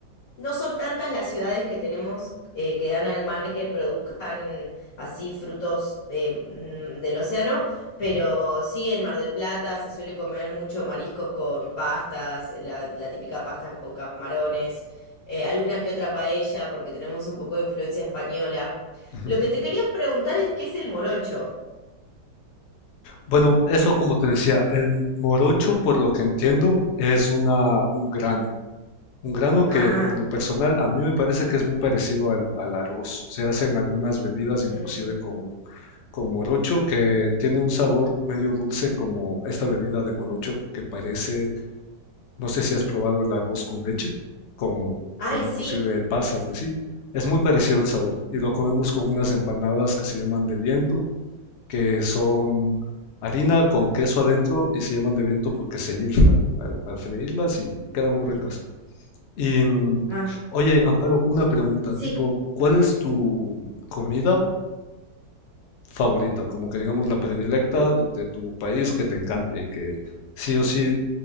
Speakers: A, on the left (about 55°); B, on the left (about 80°).
A: No son tantas las ciudades que tenemos eh, que dan al mar que produzcan así frutos eh, mm, del océano, pero
B: Ujú,
A: sí en Mar del Plata se suele comer mucho mariscos con pastas, la, la típica pasta con camarones, eh, alguna que otra paella, porque tenemos un poco de influencia española.
B: ujú.
A: Lo que te quería preguntar es qué es el morocho.
B: Bueno, eso como te decía, el morocho, por lo que entiendo, es una, un grano. Un grano
A: Ah,
B: que en lo personal a mí me parece que es muy parecido al, al arroz. Se hacen algunas bebidas inclusive
A: mm,
B: con, con morocho que tiene un sabor medio dulce como esta bebida de morocho que parece, no sé si has probado el arroz con leche, con,
A: ay,
B: con inclusive
A: sí,
B: pasas y así. Es muy parecido el sabor y lo comemos con unas empanadas que se llaman de viento, que son harina con queso adentro y se llaman de viento porque se inflan al, al freírlas y, y quedan muy ricas. Y, mm,
A: ah,
B: oye, Amparo, una pregunta,
A: sí.
B: tipo, ¿cuál es tu comida favorita? Como que digamos la predilecta de, de tu país que te encante y que sí o sí